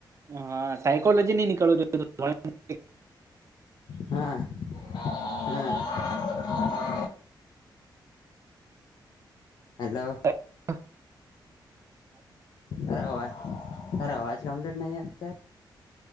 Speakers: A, on the right; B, on the left.
A: હ હા સાયકોલોજી નહી નીકળવું જોઈએ પણ
B: હા હા. હલો.
A: હા.
B: અ અવાજ અ અવાજ કમ્પ્લીટ નહીત.?